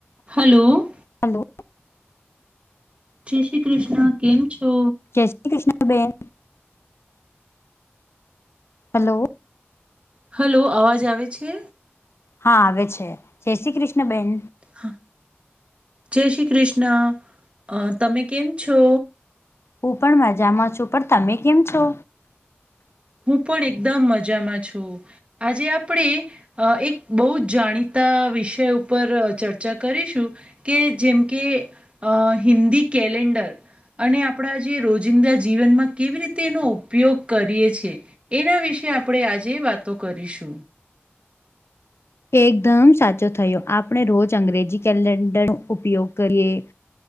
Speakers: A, on the right (about 30°); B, on the left (about 75°).
A: Hello
B: hello
A: જય શ્રી કૃષ્ણ કેમ છો
B: જય શ્રી કૃષ્ણ બેન હલો
A: હલો અવાજ આવે છે
B: હા આવે છે જય શ્રી કૃષ્ણબેન
A: હા જય શ્રી કૃષ્ણ તમે કેમ છો
B: હું પણ મજામાં છું. પણ તમે કેમ છો?
A: હું પણ એકદમ મજામાં છું આજે આપણેે અ એક બહુ જાણીતા વિષય ઉપર ચર્ચા કરીશું કે જેમ કે અ હિન્દી કેલેન્ડર અને આપણા જે રોજિંદા જીવનમાં કેવી રીતે એનો ઉપયોગ કરીએએ એના વિશે આપણેે આજે વાતો કરીશું
B: એકદમ સાચો થયો આપણે રોજ અંગ્રેજી કેલેન્ડર ઉપયોગ કરીએ